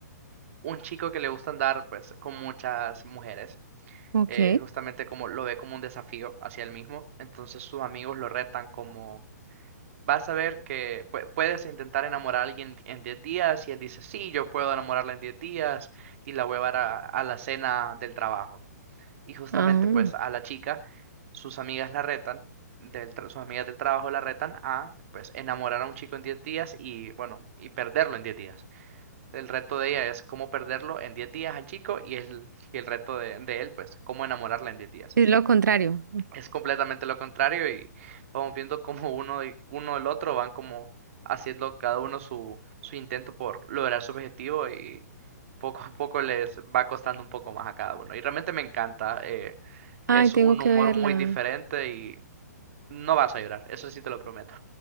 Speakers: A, on the right (about 50°); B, on the right (about 90°).
A: un chico que le gusta andar pues con muchas mujeres
B: Ok.
A: eh, justamente como lo ve como un desafío hacia él mismo. Entonces sus amigos lo retan como, vas a ver que pue- puedes intentar enamorar a alguien en 10 días y él dice, sí, yo puedo enamorarla en 10 días y la voy a llevar a, a la cena del trabajo. Y justamente
B: Ah,
A: pues a la chica, sus amigas la retan. Del, tra- sus amigas del trabajo la retan a pues enamorar a un chico en 10 días y bueno y perderlo en 10 días. El reto de ella es cómo perderlo en 10 días al chico y el, y el reto de, de él pues cómo enamorarla en 10 días
B: es lo contrario.
A: es completamente lo contrario y vamos viendo cómo uno de uno del otro van como haciendo cada uno su, su intento por lograr su objetivo y poco a poco les va costando un poco más a cada uno. Y realmente me encanta, eh,
B: Ay,
A: es
B: tengo
A: un
B: que
A: humor
B: verla.
A: muy diferente y no vas a llorar, eso sí te lo prometo.